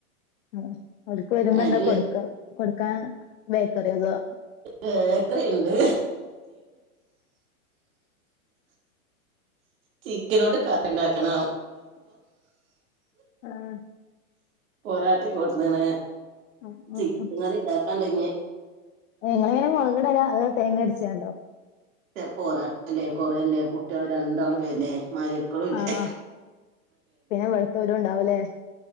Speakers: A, on the left (about 60°); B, on the right (about 65°).
A: ഉ അവക്ക് വരുമ്പോന്താ
B: അതിന്
A: കൊടുക്ക കൊടുക്കാൻ ബേക്കറിയതോ
B: ബേക്കറിണ്ട് ചിക്കനുണ്ട് കറി ഇണ്ടാക്കണം
A: ആഹ്
B: പൊറാട്ടയുംകൊണ്ട്ന്നണ്
A: ഉം
B: ചിക്കൻകറി
A: ഉം
B: ഇണ്ടാക്കാൻണ്ടഞ്
A: ഇങ്ങള എങ്ങനെ മുളകിടലാ അത് തേങ്ങ അടിച്ചിണ്ടോ
B: പോറാട്ടല്ലേ കൊറയല്ലേ കുട്ടികൾ രണ്ടാളുംവരേല്ലേ മാര്യൊക്കളും ഇല്ലേ
A: ആഹ് പിന്നെ ഇവളുത്തോരും ഉണ്ടാവുല്ലേ